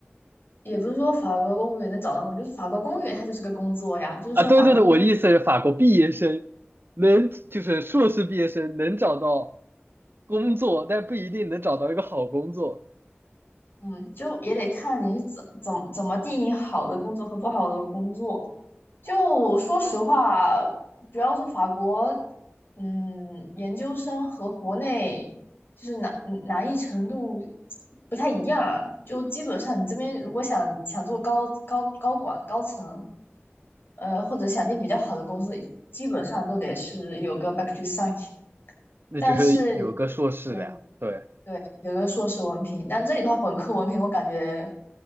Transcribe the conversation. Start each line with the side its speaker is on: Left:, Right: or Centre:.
Left: 也不是说法国公务员能找到工就是法国公务员它就是个工作呀，就是说法国工作员，
Right: 啊。对对对，我的意思是法国毕业生能就是硕士毕业生能找到工作，但不一定能找到一个好工作。
Left: 嗯，就也得看你是怎怎么怎么定义好的工作和不好的工作。就说实话，主要是法国，嗯，研究生和国内就是难嗯难易程度不太一样。就基本上你这边如果想想做高高高管高层，呃，或者想进比较好的公司，基本上都得是有个 bac o 三，
Right: 那就是有个硕士了呀。
Left: 但是对
Right: 对，
Left: 对，有个硕士文凭。但这里的话，本科文凭我感觉